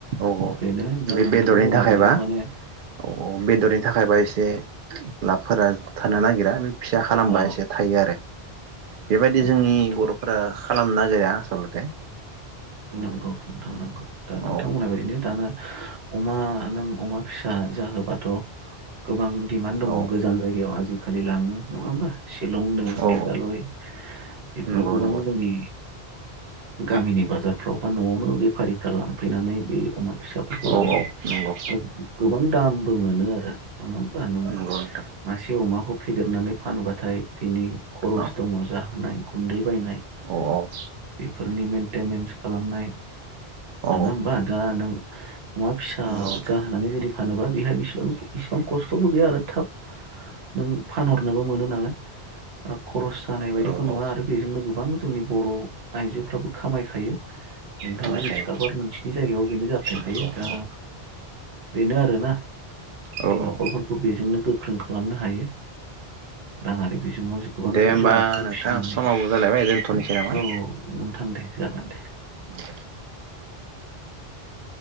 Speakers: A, on the right (about 60°); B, on the right (about 80°).
A: औ औ।
B: बेनो दा
A: बे
B: नोंथां
A: बेदरनि
B: बुंनाय
A: थाखायबा,
B: बायदिनो माने
A: औ औ बेदरनि थाखायबा एसे बे लाबफोरा थानो नागिरा बे फिसा खालामबा
B: औ
A: एसे थायो आरो, बेबायदि
B: नंगौ
A: जोंनि
B: नोंथां
A: बर'फोरा। खालामनागिरा आसलथे।
B: नोंगौ। थांनांगौ दा नोंथां
A: औ
B: बुंनायबादिनो दाना। अमा नों अमा फिसा जाहोबाथ' गोबां। दिमान दङ
A: औ
B: गोजान जायगायाव आजिखाष खालि लाङो नङा होमबा? शिलंनो
A: औ
B: मेघालय बेफोराव
A: नंगौ
B: गोबां
A: नंगौ
B: जोंनि गामिनि बाजार फ्रावबा न'आवनो बेफारिफ्रा लांफैनानै बे अमा फिसाफोरखौ
A: औ
B: लाङो
A: नंगौ
B: आरो गोबां दाम। बो मोनो आरो। नङा होमबा नों
A: नंगौ नोंथां
B: मासे अमाखौ। खौ फेदेरनानै फानोबा नाथाय बिनि खरस
A: औ
B: दङ जाहोनाय। गुनदै बायनाय
A: औ औ
B: बेफोरनि मेनटेनेन्स नाय
A: औ
B: नङा होमबा दा नों अमा फिसा
A: नंगौ नोंथां
B: जाहोनानै दि फानोबा बेहा बिसिबां इसिबां खस्थ'बो गैया आरो थाब, नों फानहरनोबो मोनो नालाय। खरस जानाय बायदिखौ
A: औ
B: नुवा
A: औ
B: आरो बेजोंनो गोबां जोंनि बर' आइजोफ्राबो खामायखायो। नोंथाङाबो
A: खोनाखायो
B: मिथिखागौ, आरो नोंसिनि जायगायाव बेनो जाबाय थाखायो
A: नंगौ
B: दा
A: नंगौ
B: बेनो आरोना जोंनि
A: औ
B: न'खरफोरखौ
A: औ औ
B: बेजोंनो गोख्रों खालामनो हा हायो राङारि बिजोङाव जो गोबां
A: दे
B: जिब
A: होमबा
B: जुनारफोर
A: नोंथां
B: फिसिनानै
A: समाबो जालायबाय दोनथ'नोसै नामा?
B: औ औ ओं दे जागोन दे
A: <inaudible>
B: <inaudible>